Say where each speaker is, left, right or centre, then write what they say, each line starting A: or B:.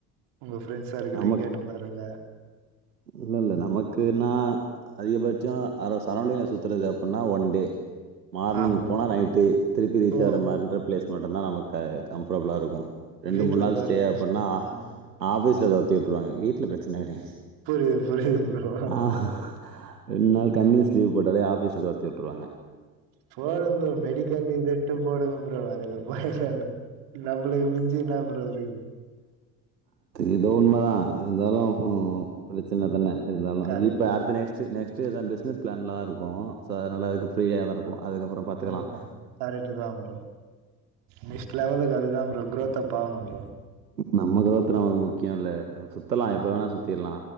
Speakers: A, on the right; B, on the right.
A: உங்க ஃப்ரெண்ட்ஸ் சர்க்கிளையு
B: நமக்கு
A: கேட்டு பாருங்க
B: இல்ல இல்ல நமக்குன்னா அதிகபட் சம் சரௌண்டிங்ல சுத்துறது அப்டின்னா ஒன் டே மார்னிங்
A: ஆ ப்ரோ
B: போனா நைட்டு திருப்பி ரீச்
A: ஓ
B: ஆகற மாரின்ற ப்ளேஸ் மட்டும்தா நமக் க கம்ஃபர்டபுளா இருக்கு ரெண்டு
A: வீட்ல
B: மூண் நாள்
A: பர்மிஷன்
B: ஸ்டே அப்பனா
A: ஆ
B: ஆஃபிஸ் ல ஊத்தி விட்ருவாங்க வீட்ல பிரச்சன கெடயாது
A: புரியுது புரியுது ப்ரோ
B: ஆஹ் ரெண்டு நாள் கண்டினிஸ் லீவு போடாலே ஆபீஸ தொரத்தி விட்டுருவாங்க
A: போடுங்க ப்ரோ மெடிக்கல் இதுன்ட்டு போடுங்க போ ம் அதுல போயி சாப்புறோ நம்மளுக்கு மிஞ்சி என்னா ப்ரோ இருக்குது
B: எதோ உண்ம தா இருந்தாலு ஒ பிரச்சனை தான இருந்தாலு
A: கரெக்ட்டு
B: அது இப்ப
A: தா
B: அடுத்த நெக்ஸ்ட்டு நெக்ஸ்ட் டுதா பிஸ்னஸ் பிளான்ல தா இருக்கோ சோ அதுனால ஃப்ரீ ஆதாருக்கு அதுக்கப்ற பாத்துக்கலா
A: ப்ரோ கரெக்ட்டு தா ப்ரோ நெக்ஸ்ட் லவல்க்கு அதுதா ப்ரோ குரோத் அப் ஆவணு ப்ரோ
B: நம்மக்குளா இத்தன ஆகுமோ முக்கியல சுத்தலா
A: ஆ
B: எப்ப வேணா சுத்திர்லா